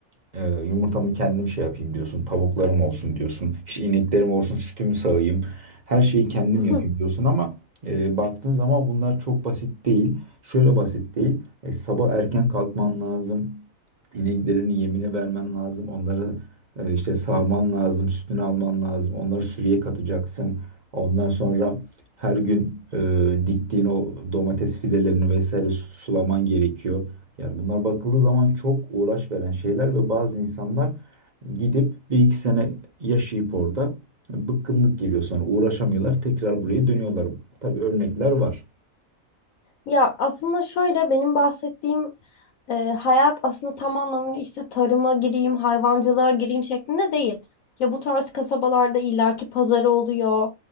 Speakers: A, on the right; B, on the left.
A: e, yumurtamı kendim şey yapayım diyorsun. Tavuklarım olsun diyorsun. İşte ineklerim olsun, sütümü sağayım. Her şeyi kendim
B: <laughs>
A: yapayım diyorsun ama e, baktığın zaman bunlar çok basit değil. Şöyle basit değil. E, sabah erken kalkman lazım. İneklerini yemine vermen lazım. Onları e, işte sağman lazım, sütünü alman lazım. Onları sürüye katacaksın. Ondan sonra her gün e, diktiğin o domates fidelerini vesaire su- sulaman gerekiyor. Yani bunlar bakıldığı zaman çok uğraş veren şeyler ve bazı insanlar gidip bir iki sene yaşayıp orada bıkkınlık geliyor sonra uğraşamıyorlar tekrar buraya dönüyorlar. Tabii örnekler var.
B: Ya aslında şöyle benim bahsettiğim e, hayat aslında tam anlamıyla işte tarıma gireyim, hayvancılığa gireyim şeklinde değil. Ya bu tarz kasabalarda illaki pazarı oluyor,